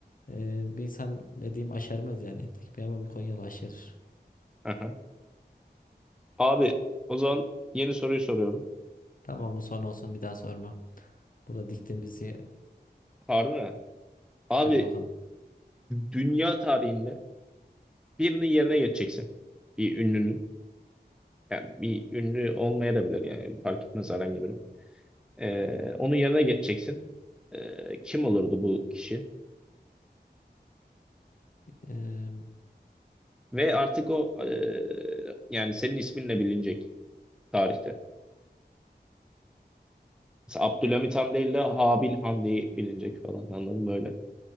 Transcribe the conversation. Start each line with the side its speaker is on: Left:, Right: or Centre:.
Left: e, bir insan ne diyeyim aşermez yani tek bir ama bir Konyalı aşerir.
Centre: Aha. Abi o zaman yeni soruyu soruyorum.
Left: Tamam bu son olsun bir daha sorma. Burada diktin bizi
Centre: Harbi mi? Abi
Left: hadi bakalım.
Centre: dünya tarihinde birinin yerine geçeceksin. Bir ünlünün. Yani bir ünlü olmaya da bilir yani fark etmez herhangi biri. Ee, onun yerine geçeceksin. Ee, kim olurdu bu kişi?
Left: Eee,
Centre: Ve artık o ee, yani senin isminle bilinecek tarihte. Mesela Abdülhamit Han değil de Habil Han diye bilinecek falan anladın mı öyle?